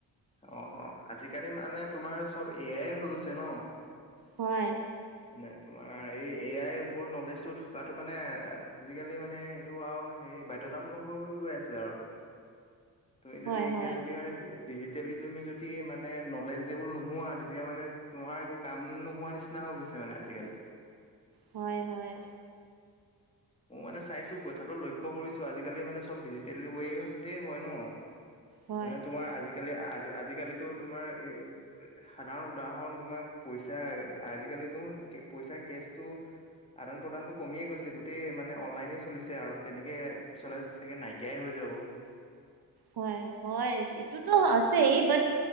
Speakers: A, on the left; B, on the right.
A: অ, অ, আজিকালি মানে তোমাৰ চব এয়াই হৈ গৈছে ন?
B: হয়।
A: মানে তোমাৰ এই এ আইৰ ওপৰত নলেজটো থকাতটো মানে আজিকালি মানে এইটো আৰু এই বাধ্যতামূলক হৈ, হৈ গৈ আছে আও তুমি যদি
B: হয়
A: এতিয়া
B: হয়
A: যদি মানে ডি তেলি তুমি যদি মানে নলেজেবল নোহোৱা তেতিয়া মানে তোমাৰ একো কাম নোহোৱা নিচিনা হৈ গৈছে। মানে আজিকালি
B: হয়, হয়।
A: মই মানে চাইছো কথাটো লক্ষ্য কৰিছো আজিকালি মানে চব ডিজিটেল ৱেতে হয় ন।
B: হয়
A: মানে তোমাৰ আজি আজিকালি- আজি -আজিকালিটো তোমাৰ এ সাধাৰণ উদাহৰণ তোমাৰ পইচা আজিকালি আজিকালি দেখোন পইচা কেছ টো আদান প্ৰদানটো কমিয়ে গৈছে, গো গোটেই মানে অনলাইনে চলিছে আৰু তেনেকে পিছলে চাগে নাইকিয়াই হৈ যাব।
B: হয় হয়, এইটোতো আছেই। বাট,